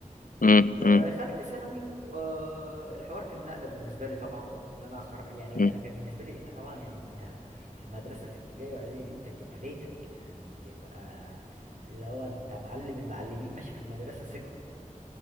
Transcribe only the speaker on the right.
لما
دخلت ثانوي آه، الحوار كان نقلة بالنسبة لي طبعا ان انا خر... يعني
انا كان بالنسبة لي انت طبعا يعني انت المدرسة في ابتدائي واعدادي دي انت بتبقى بيتك يعني بتبقى اللي هو انت معلم المعلمين ماشي في المدرسة ثقة